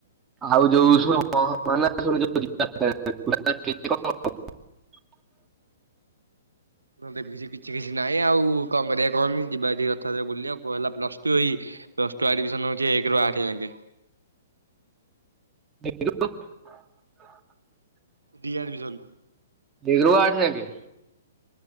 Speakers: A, on the right; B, on the right.
A: ଆଉ ଯୋଉ <unintelligible>
B: ମୁଁ ଦେଖଛି କିଛି କିଛି ନାଇଁ ଆଉ କଣ କରିବା କଣନି ଯିବା ରଥଯାତ୍ରା ବୁଲି ଆଉ କହ ହେଲା ପ୍ଲସ ଟୁ ହେଇ ପ୍ଲସ ଟୁ ଆଡମିସନ ହଉଛି ଏକ ରୁ ଆଠେ ଯାଙ୍କେ।
A: <unintelligible>
B: ରି ଆଡମିସନ୍।
A: ଦୁଇ ରୁ ଆଠେ ଯାଙ୍କେ।